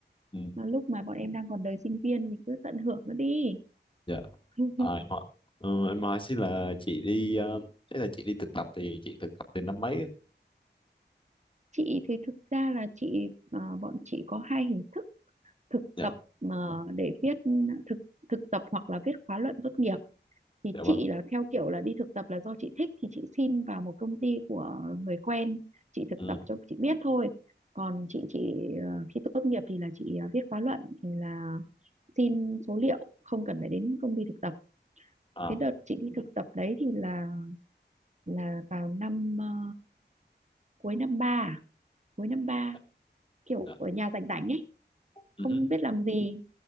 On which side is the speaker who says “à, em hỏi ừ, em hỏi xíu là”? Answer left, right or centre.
Left